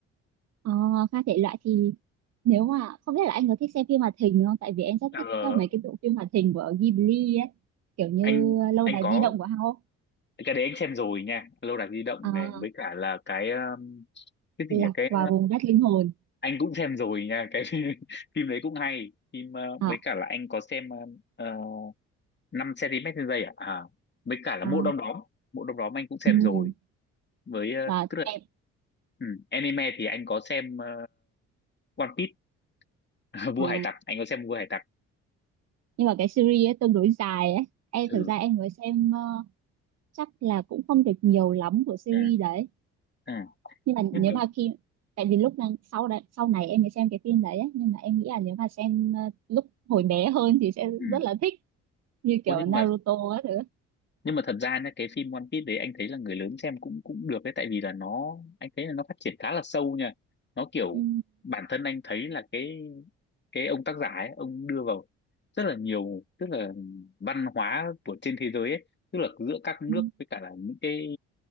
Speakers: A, on the right; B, on the left.
A: ờ, pha thể loại thì nếu mà không biết là anh có thích xem phim hoạt hình không? Tại vì em rất
B: ờ,
A: thích uh, mấy cái bộ phim hoạt hình của Ghibli ấy, kiểu như
B: anh
A: Lâu
B: anh
A: đài
B: có
A: di động của Hao,
B: cái đấy anh xem rồi nha lâu đài di động
A: à,
B: này với cả là cái um, cái gì
A: Lạc
B: nhỉ cái
A: vào vùng đất linh hồn.
B: anh cũng xem rồi nha cái phim <laughs> phim đấy cũng hay phim ờ,
A: À,
B: với cả là anh có xem uh, 5 cm trên giây à? à với cả là
A: à,
B: Mộ Đom Đóm Mộ Đom Đóm anh cũng xem
A: ừ,
B: rồi với ờ,
A: và
B: tức là
A: em
B: ừ, anime thì anh có xem ờ, One Piece <laughs> Vua
A: à,
B: Hải Tặc anh có xem Vua Hải Tặc
A: nhưng mà cái series ấy tương đối dài ấy. Em
B: ừ
A: thực ra em mới xem ờ, chắc là cũng không được nhiều lắm của series
B: à,
A: đấy.
B: à.
A: nhưng mà
B: nhưng
A: nếu
B: mà
A: mà khi tại vì lúc đang sau đấy sau này em mới xem cái phim đấy ấy, nhưng mà em nghĩ là nếu mà xem ờ, lúc hồi bé hơn thì sẽ
B: ừ.
A: rất là thích như kiểu
B: Ủa, nhưng
A: Naruto
B: mà
A: á thứ
B: nhưng mà thật ra nhá, cái phim One Piece đấy anh thấy là người lớn xem cũng cũng được đấy tại vì là nó anh thấy là nó phát triển khá là sâu nha nó kiểu
A: ừ.
B: bản thân anh thấy là cái cái ông tác giả ấy, ông đưa vào rất là nhiều tức là văn hóa của trên thế giới ấy tức là giữa các nước
A: ừ,
B: với cả là những cái